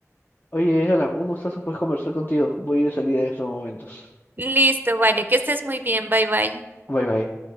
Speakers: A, on the left (about 40°); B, on the right (about 35°).
A: Oye, Sara, un gustazo pues conversar contigo. Voy a ir de salida en estos momentos.
B: Listo, vale, que estés muy bien. Bye bye.
A: Bye bye.